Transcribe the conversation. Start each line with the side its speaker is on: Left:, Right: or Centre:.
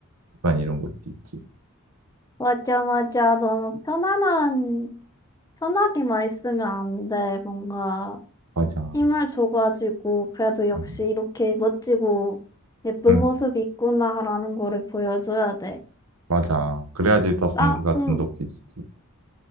Right: 약간 이런 것도 있지.
Left: 맞아, 맞아. 너무 편안한, 편하게만 있으면 안 돼, 뭔가.
Right: 맞아.
Left: 힘을 줘가지고 그래도 역시
Right: 응,
Left: 이렇게 멋지고 예쁜
Right: 응,
Left: 모습이 있구나라는 거를 보여줘야 돼.
Right: 맞아. 그래야지 더 관계가
Left: 나, 응,
Right: 돈독해지지.